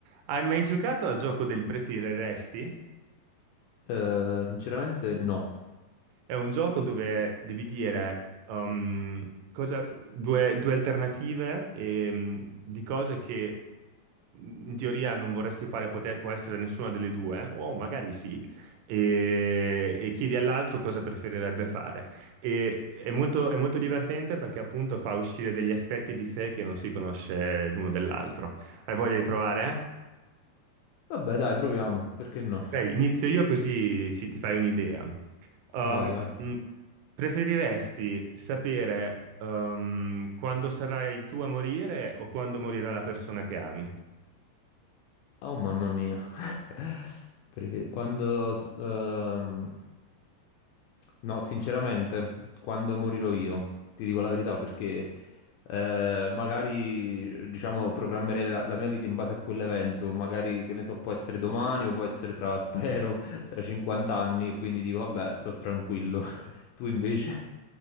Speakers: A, on the right (about 85°); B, on the left (about 80°).
A: Hai mai giocato al gioco del preferiresti?
B: Eh, sinceramente no.
A: È un gioco dove devi dire um, cosa- due, due alternative ehm, di cose che in teoria non vorresti fare, pote- può essere nessuna delle due, o magari sì, e, e chiedi all'altro cosa preferirebbe fare. E, è molto, è molto divertente perché appunto fa uscire degli aspetti di sé che non si conosce l'uno dell'altro. Hai voglia di provare?
B: Vabbè, dai, proviamo. Perché no?
A: Ok, inizio io così ci- ti fai un'idea. Um,
B: Vai, vai.
A: mh, preferiresti sapere um, quando sarai tu a morire o quando morirà la persona che ami?
B: Oh, mamma mia. <laughs> Perché Quando... s- ehm, No, sinceramente, quando morirò io, ti dico la verità, perché eh, magari, diciamo, programmerei la, la mia vita in base a quell'evento, magari, che ne so, può essere domani o può essere tra, spero, <laughs> tra 50 anni, e quindi dico, vabbè, sto tranquillo. <laughs> Tu invece?